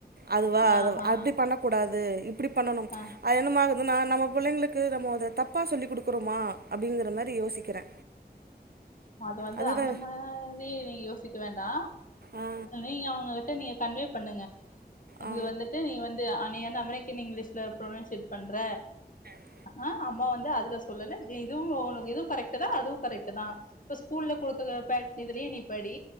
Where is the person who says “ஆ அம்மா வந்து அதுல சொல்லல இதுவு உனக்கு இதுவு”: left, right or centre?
Left